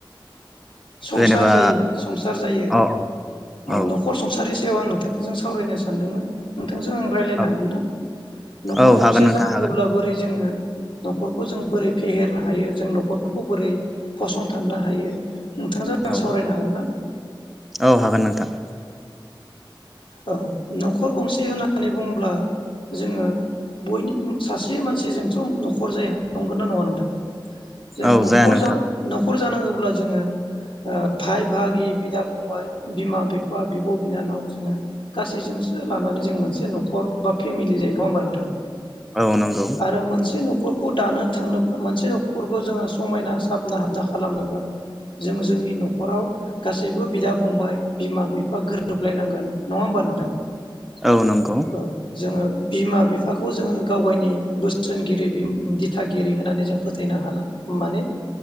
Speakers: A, on the left; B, in the centre.
A: संसार
B: जेनेबा
A: जायो संसार जायो।
B: औ औ
A: अ
B: औ
A: न'खर संसार बेव आं नोंथांजों सावरायनो सानदोंमोन। थोंजों आं रायज्लायनो
B: औ
A: हागोन ना? न'खर
B: औ
A: गंसे
B: हागोन नोंथां
A: जानांगौब्ला
B: हागोन
A: बोरै जोङो नखरखौ जों बोरै फेहेरनो हायो जों नखर खौ बोरै फसं दाननो हायो नोंथांजों आं
B: औ
A: सावरायनो हागोन ना
B: औ हागोन नोंथां
A: औ नखर गंसे होननानै बुंङोब्ला जोङो बयनि सासे मानसिजोंथ नखर जाया नंगो ना नङा नोंथां जों
B: औ
A: नखर
B: जाया नोंथां
A: जानो नख नखर जानांगोब्ला जोङो ओ भाय भागि बिदा फंबाय बिमा बिफ फा बिब' बिनानाव जोङो गासैजोंसो लानानै जों मोनसे न'खर बा फेमिलि जायो नङा होमबा नोंथां
B: औ नंगौ
A: आरो मोनसे न'खर नखौ दानो थांनो मोनसे न'खरखौ जोङो समायना साबना हाबना खालामनोब्ला जों जोंनि न'खराव गासैबो बिदा फंबाय बिमा बिफ गोरोबलायनांगोन नङा ओमबा नोंथां
B: औ नंगौ
A: औ जोङो बिमा बिफाखौ जोङो गावगायनि बोसोनगिरि बिम दिथागिरि होननानै जों फोथायनो हानां माने